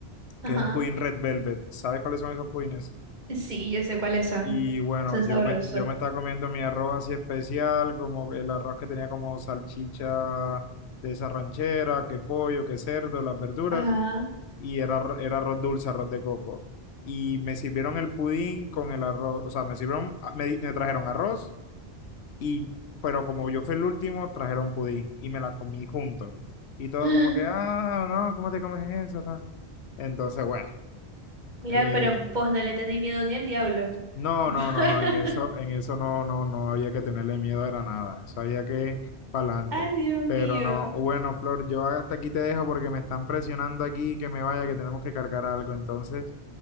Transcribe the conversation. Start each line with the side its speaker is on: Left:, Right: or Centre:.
Left: que
Right: ajá,
Left: es un pudín Red Velvet. ¿Sabes cuáles son esos pudines?
Right: sí, yo sé cuáles son.
Left: Y bueno,
Right: Son
Left: yo
Right: sabrosos.
Left: me, yo me estaba comiendo mi arroz así especial, como el arroz que tenía como salchicha de esa ranchera, que pollo, que cerdo, las verduras,
Right: Ajá.
Left: y era, arro- era arroz dulce, arroz de coco. Y me sirvieron el pudín con el arroz, o sea, me sirvieron, ah, me, di- me trajeron arroz, y, pero como yo fui el último, trajeron pudín y me la comí junto. Y todos
Right: <gasps>
Left: como que, ah, no, ¿cómo te comes eso? tal? Entonces, bueno.
Right: Mira,
Left: eh,
Right: pero vos no le tenéis miedo ni al diablo.
Left: No,
Right: <laughs>
Left: no, no, no, en eso, en eso no, no, no había que tenerle miedo, era nada, eso había que para adelante.
Right: Ay, Dios mío.
Left: Pero no, bueno, Flor, yo hasta aquí te dejo porque me están presionando aquí que me vaya, que tenemos que cargar algo. Entonces,